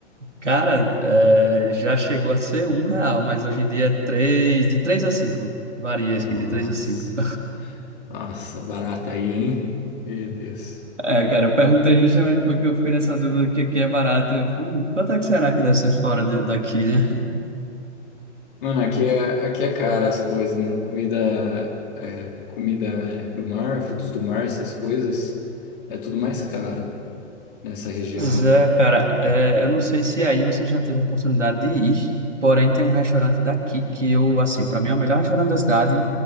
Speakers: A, on the right (about 80°); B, on the left (about 45°).
A: Cara, é, já chegou a ser um real, mas hoje em dia é três, de três a cinco. Varia isso
B: Nossa,
A: aqui, de três a cinco. <laughs>
B: nossa, barata aí, hein? Meu Deus.
A: É, cara, eu perguntei justamente porque eu fiquei nessa dúvida que aqui é barato. Eu falei, Hum, quanto é que será que deve ser fora de- daqui, né?
B: Mano, aqui é, aqui é cara as coisas, mano. Comida, é, comida é, do mar, frutos do mar, essas coisas, é tudo mais caro nessa região,
A: Pois é, cara,
B: né?
A: é, eu não sei se aí você já teve a oportunidade de ir, porém tem um restaurante daqui que eu, assim, para mim é o melhor restaurante da cidade,